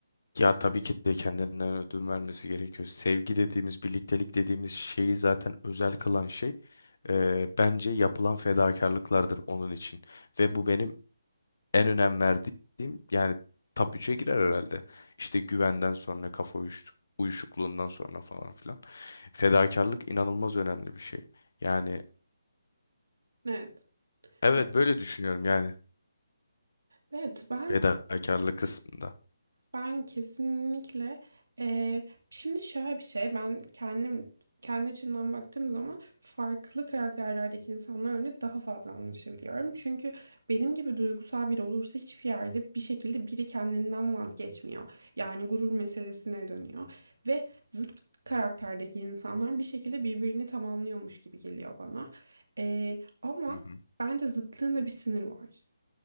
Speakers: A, on the left; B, on the right.
A: Ya tabii ki de kendinden ödün vermesi gerekiyor. Sevgi dediğimiz, birliktelik dediğimiz şeyi zaten özel kılan şey eee, bence yapılan fedakarlıklardır onun için. Ve bu benim en önem verdiğim yani top 3'e girer herhalde. İşte güvenden sonra, kafa uyuş- uyuşukluğundan sonra falan filan. Fedakarlık inanılmaz önemli bir şey. Yani
B: Evet.
A: evet
B: Ya,
A: böyle düşünüyorum yani
B: Evet, ben
A: fedakarlık kısmında.
B: Ben kesinlikle eee, şimdi şöyle bir şey ben kendim kendi açımdan baktığım zaman farklı karakterlerdeki insanlarla daha fazla anlaşabiliyorum. Çünkü benim gibi duygusal biri olursa hiçbir yerde bir şekilde biri kendinden vazgeçmiyor. Yani gurur meselesine dönüyor ve zıt karakterdeki insanlar bir şekilde birbirini tamamlıyormuş gibi geliyor bana. Eee, ama
A: Hı hı.
B: bence zıtlığın da bir sınırı var.